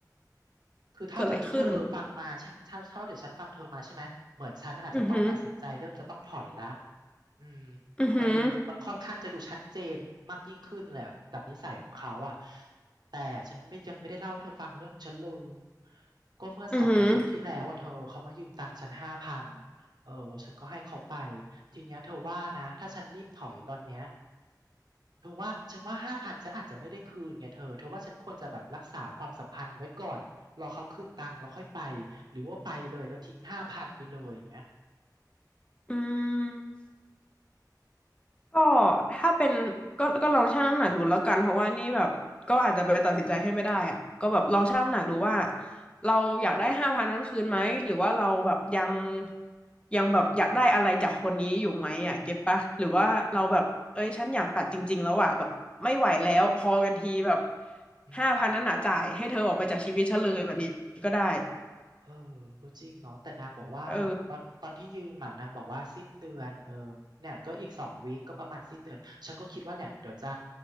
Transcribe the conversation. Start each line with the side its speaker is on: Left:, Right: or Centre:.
Right: คือเท่าจากที่เธอฟังมาใช่ไหมเท่าเท่าทียวฉันฟังเธอมาใช่ไหม
Left: เกิดอะไรขึ้น
Right: เหมือนฉันอาจจะต้องตัดสินใจเริ่มจะต้องถอยละ
Left: อือหือ
Right: อืม
Left: อือหือ
Right: มันดูมันค่อนข้างจะดูชัดเจนมากยิ่งขึ้นแหลยอะกับนิสัยของเขาอ่ะแต่ฉันไม่ยังไม่ได้เล่าให้เธอฟังเรื่องหนึงฉันลืมก็เมื่อสองอาทิตย์ที่แล้วอ่ะเธอเขามายืมตังค์ฉันห้าพัน
Left: อือหือ
Right: เออฉันก็ให้เขาไปทีเนี้ยเธอว่านะถ้าฉันรีบถอยตอนเนี้ยเธอว่าฉันว่าห้าพันฉันอาจจะไม่ได้คืนไงเธอเธอว่าฉันควรจะแบบรักษาความสัมพันธ์ไว้ก่อนรอเขาคืนตังค์แล้วค่อยไปหรือว่าไปเลยแล้วทิ้งห้าพันไปเลยอย่างเงี้ย
Left: อืมก็ถ้าเป็นก็ก็ลองชั่งน้ำหนักดูแล้วกันเพราะว่านี่แบบก็อาจจะไปตัดสินใจให้ไม่ได้อะก็แบบลองชั่งน้ำหนักดูว่าเราอยากได้ห้าพันนั้นคืนไหมหรือว่าเราแบบยังยังแบบอยากได้อะไรจากคนนี้อยู่ไหมอ่ะเก็ตปะหรือว่าเราแบบเอ้ยฉันอยากตัดจริงๆแล้วอ่ะแบบไม่ไหวแล้วพอกันทีแบบ
Right: อืม อืมอืมอืม
Left: ห้าพันนั้นอ่ะจ่ายให้เธอออกไปจากชีวิตฉันเลยแบบนี้ก็ได้
Right: เออก็จริงเนาะแต่นางบอกว่าตอนตอนที่ยืมอ่ะนางบอกว่าสิ้นเดือนเออเนี่ยก็อีกสองวีคก็ประมาณสิ้นเดือนฉันก็คิดว่าเนี่ยเดี๋ยวจะ
Left: เออ